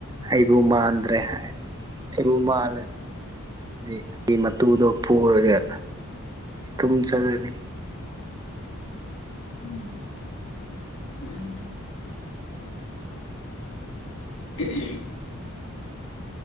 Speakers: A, on the right (about 15°); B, on the left (about 65°).
A: ꯑꯩꯕꯨ ꯃꯥꯟꯗ꯭ꯔꯦ ꯍꯥꯏ ꯑꯩꯕꯨ ꯃꯥꯜꯂꯔꯗꯤ ꯃꯇꯨꯗꯣ ꯄꯨꯔꯒ ꯇꯨꯝ ꯆꯠꯂꯅꯤ꯫
B: ꯎꯝ ꯎꯝ <inaudible>